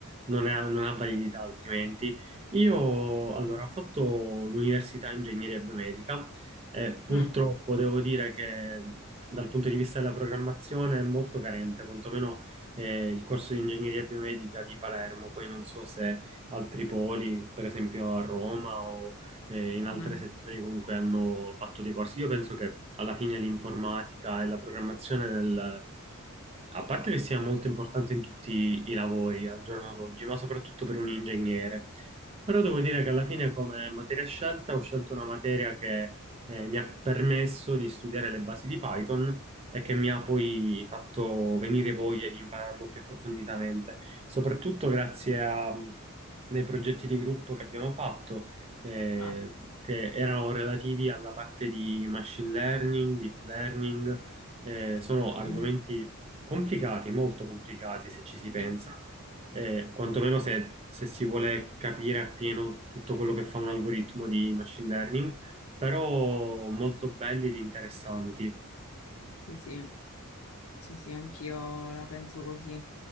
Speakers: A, on the right; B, on the left.
A: non è- non ha validità altrimenti. Io allora ho fatto l'università ingegneria biomedica e purtroppo
B: Mm,
A: devo dire che dal punto di vista della programmazione è molto carente, quantomeno eh, il corso di ingegneria biomedica di Palermo, poi non so se altri poli, per esempio a Roma o eh, in
B: mm,
A: altre sezioni comunque hanno fatto dei corsi. Io penso che alla fine l'informatica e la programmazione nel a parte che sia molto importante in tutti i lavori al giorno d'oggi, ma soprattutto per un ingegnere. Però
B: mm,
A: devo dire
B: Mm.
A: che alla fine come materia scelta ho scelto una materia che eh, mi ha permesso di studiare le basi di Python e che mi ha poi fatto venire voglia di impararlo più approfonditamente, soprattutto grazie a mh, dei progetti di gruppo che abbiamo fatto, eh,
B: ah,
A: che erano relativi alla parte di machine learning, deep learning. Eh, sono argomenti
B: mm,
A: Complicati, molto complicati se ci si pensa,
B: sì,
A: eh, quantomeno se, se si vuole capire appieno tutto quello che fa un algoritmo di machine learning, però molto belli ed interessanti.
B: sì. sì. Sì, sì, anch'io la penso così.